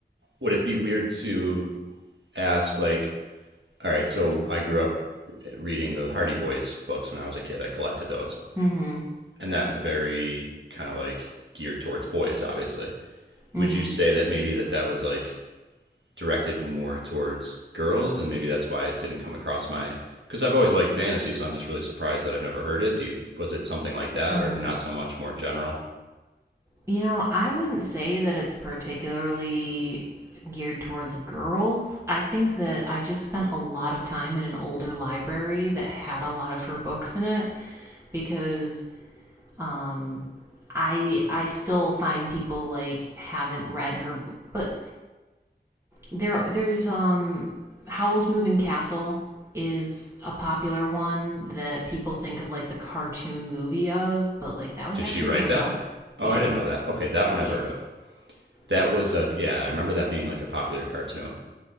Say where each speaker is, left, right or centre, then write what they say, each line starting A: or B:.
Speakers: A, on the right (about 85°); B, on the right (about 15°).
A: Would it be weird to ask like, all right, so I grew up reading the Hardy Boys books when I was a kid. I collected those
B: Mm-hmm.
A: and that was very kind of like geared towards boys obviously would
B: Mm-hmm.
A: you say that maybe that that was like directed more towards girls and maybe that's why it didn't come across my because i've always liked fantasy so i'm just really surprised that i've never heard it do you was it something like that
B: Hmm.
A: or not so much more general
B: You know, I wouldn't say that it's particularly geared towards girls. I think that I just spent a lot of time in an older library that had a lot of her books in it because mm, I I still find people like haven't read her but There, there's um, Howl's Moving Castle is a popular one that people think of like the cartoon movie of, but like that was
A: did
B: actually
A: she write
B: her
A: that
B: book.
A: oh
B: Yeah,
A: i didn't know that okay that one i've
B: yeah,
A: heard of that
B: yeah,
A: was a yeah i remember that being like a popular cartoon